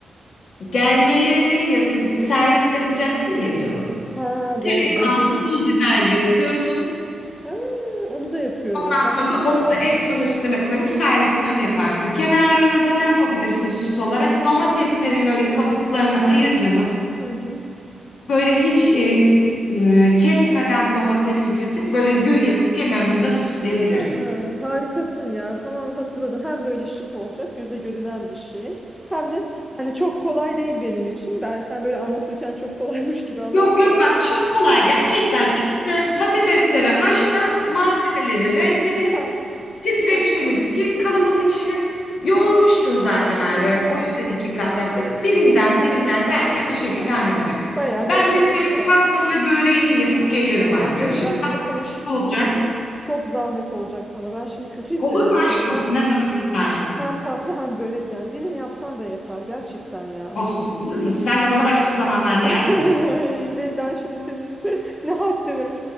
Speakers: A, on the left; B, in the centre.
A: Gelmelerine yakın servis yapacaksın ya canım.
B: Ha doğru
A: Kanlı
B: bozulun.
A: pul biber yakıyorsun.
B: Ha, onu da yapıyordum.
A: Ondan
B: Bak.
A: sonra da onu da en son üstüne koyup servisini öyle yaparsın. Kenarlarına da ne yapabilirsin süs olarak? Domateslerin böyle kabuklarını ayır canım.
B: Hı hı.
A: Böyle hiç e, e, kesmeden domatesi kesip böyle gül yapıp kenarını da süsleyebilirsin.
B: Ha, harikasın ya. Tamam hatırladım. Hem böyle şık olacak, göze görünen bir şey. Hem de yani çok kolay değil benim için. Ben sen böyle anlatırken çok kolaymış gibi anlattın
A: Yok
B: ama
A: yok
B: baya
A: bak çok kolay gerçekten. İşte Patatesleri haşla, malzemeleri rendele.
B: bah,
A: Streç
B: bah.
A: film iki kalıbının içine yoğurmuştun zaten ayrı.
B: Hı
A: Yani
B: hı.
A: o yüzden iki kat yaptık. Birinden birinden derken o şekilde
B: Yani
A: hani olacak.
B: bayağı
A: Ben
B: bir aşaması
A: de senin
B: var.
A: tatlını böreğini yapıp gelirim arkadaşım.
B: Ay canım ben
A: Saat
B: ama sana
A: kaçta olacak?
B: çok zahmet olacak sana. Ben şimdi kötü hissederim
A: Olur mu
B: kendimi.
A: aşk olsun? Ne zaman istersen.
B: Hem tatlı hem börek yani. Birini yapsan da yeter gerçekten ya.
A: Olsun olur mu? Sen de bana başka zamanlarda
B: <laughs>
A: yardımcı ol.
B: Ve ben şimdi senin <laughs> ne haddime.